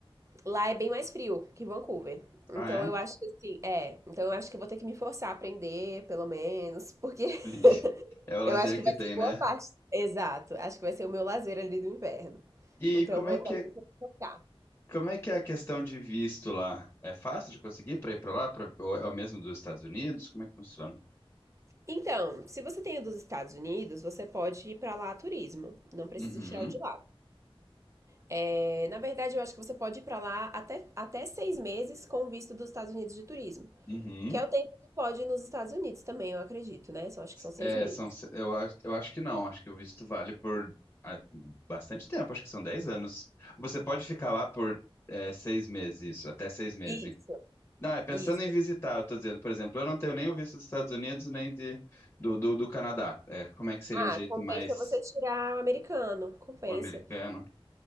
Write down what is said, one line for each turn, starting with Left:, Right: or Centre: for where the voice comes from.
Right: lá é bem mais frio que Vancouver. Então
Left: Ah, é?
Right: eu acho que assim, é, então eu acho que eu vou ter que me forçar a aprender, pelo menos, <laughs> porque
Left: <laughs> É o lazer
Right: eu acho que
Left: que
Right: vai
Left: tem,
Right: ser boa
Left: né?
Right: parte. Exato. Acho que vai ser o meu lazer ali do inverno.
Left: E
Right: Então,
Left: como
Right: eu vou
Left: é
Right: estar
Left: que
Right: tentando
Left: é,
Right: focar.
Left: como é que é a questão de visto lá? É fácil de conseguir para ir para lá, pra, ou é o mesmo dos Estados Unidos? Como é que funciona?
Right: Então, se você tem dos Estados Unidos, você pode ir pra lá a turismo. Não precisa
Left: Uhum.
Right: tirar o de lá. É, na verdade, eu acho que você pode ir pra lá até, até seis meses com o visto dos Estados Unidos de turismo.
Left: Uhum.
Right: Que é o tempo que pode ir nos Estados Unidos também, eu acredito, né? Só acho que são seis
Left: É,
Right: meses.
Left: são, se- eu, a- eu acho que não, acho que o visto vale por ah, bastante tempo, acho que são 10 anos. Você pode ficar lá por é, seis meses, isso, até seis meses.
Right: Isso,
Left: Não, é pensando
Right: isso.
Left: em visitar, eu tô dizendo, por exemplo, eu não tenho nem o visto dos Estados Unidos, nem de, do, do, do Canadá. É, como é que seria
Right: Ah,
Left: o jeito
Right: compensa
Left: mais
Right: você tirar o americano. Compensa.
Left: o americano?